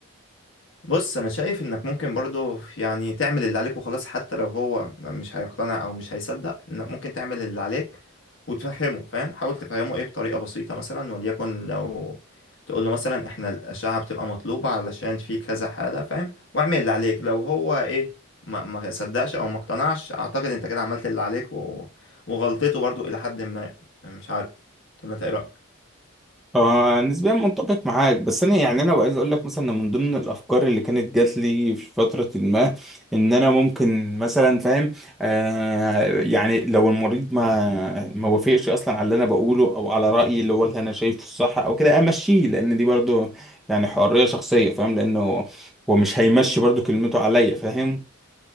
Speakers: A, on the left; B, in the centre.
A: بص انا شايف انك ممكن برضو يعني تعمل اللي عليك وخلاص حتى لو هو مش هيقتنع او مش هيصدق انك ممكن تعمل اللي عليك وتفهمه فاهم حاول تفهمه ايه بطريقة بسيطة مثلا وليكن لو تقول له مثلا احنا الأشعة بتبقى مطلوبة علشان في كذا حالة فاهم واعمل اللي عليك لو هو ايه ما ما صدقش او ما اقتنعش اعتقد انت كده عملت اللي عليك و... وغلطته برضو الى حد ما مش عارف ولا انت ايه رأيك
B: آه نسبيا متفق معاك بس انا يعني انا عايز اقول لك مثلا إن من ضمن الافكار اللي كانت جات لي في فتره ما ان انا ممكن مثلا فاهم آه يعني لو المريض ما ما وافقش اصلا على اللي انا بقوله او على رايي اللي هو اللي انا شايفه الصح او كده امشيه لان دي برضو يعني حريه شخصيه فاهم لانه هو مش هيمشي برضو كلمته عليا فاهم